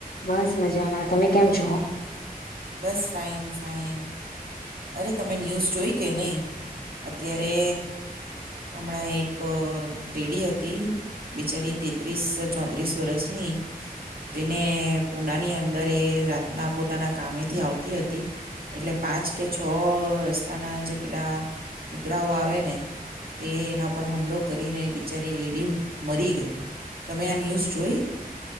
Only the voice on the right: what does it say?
બસ ફાઈન ફાઈન અરે તમે ન્યૂઝ જોઈ કે નઈ અત્યારે હમણાં એક લેડી હતી બિચારી તેત્રીસ ચોત્રીસ વર્ષની તેને પુનાની અંદર રાતના પોતાના. કમેથી આવતી હતી એટલે પાંચ કે છ રસ્તાના જે પેલા કુતરાઓ આવે ને તે એના પર હુમલો કરીને બિચારી લેડી મરી ગઈ તમે આ ન્યૂઝ જોઈ.